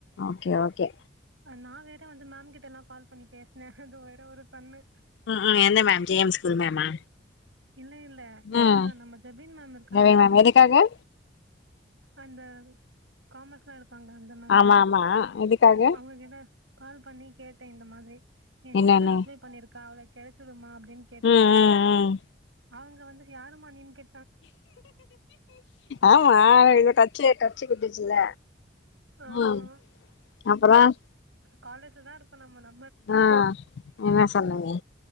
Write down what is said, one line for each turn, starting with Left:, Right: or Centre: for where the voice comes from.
Left: ஓகே ஓகே
Right: நான் வேற வந்து மேம் கிட்ட யல்லாம் கால் பண்ணி பேசினே அது வேற ஒரு ஃபண்ணு
Left: ம் ம் எந்த மேம் ஜே எம் ஸ்கூல் மேமா
Right: இல்ல இல்ல இவுங்கதான்
Left: ம்
Right: நம்ம ஜபீன் மேம் இருக்காங்கள
Left: ரவி மேம் எதுக்காக
Right: அந்த காமர்ஸ்லாம் இருக் ப்பங்க தாம் தாமந்த
Left: ஆமா ஆமா எதுக்காக
Right: அவங்ககிட்ட கால் பண்ணி கேட இந்த மாதிரி என்
Left: என்னன்னு
Right: சிஸ்டர் அப்ளை பண்ணியிருக்கா அவள கெடச்சுடுமா அப் கேட்டிருந்தேன்
Left: ம் ம் ம்
Right: அவங்க வந்து யாருமா நின் கே
Left: ஆமா கச்சுட்டுச்சல
Right: ஆமா
Left: உஹம் அப்புறம்
Right: காலேஜல தான் இருக்கும் நம்ம ந
Left: ஆஹ் என்ன சொன்னன